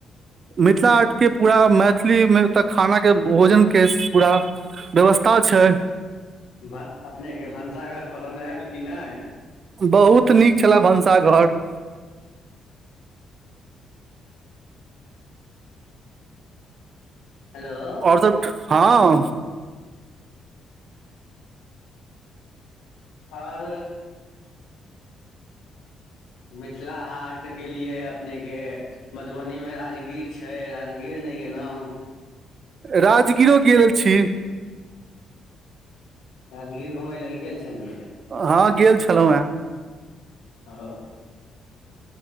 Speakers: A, on the right; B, on the left.
A: मिथिला हाट के पूरा मैथिली मे तऽ खाना के भोजन के के पूरा व्यवस्था छै।
B: वाह अपनेके भनसाघर पसन्द आयल कि नहि?
A: बहुत नीक छलए भनसाघर।
B: हेलो।
A: आओर हँ <inaudible> <unintelligible>
B: आर मिथिला हाट गेलियै अपनेके मधुबनी मे राजगीर छै राजगीर नहि गेलहुँ।
A: राजगीरो गेल छी।
B: राजगीर घुमय लेल गेल छलियै?
A: हँ गेल छलहुँ हे।
B: ओ।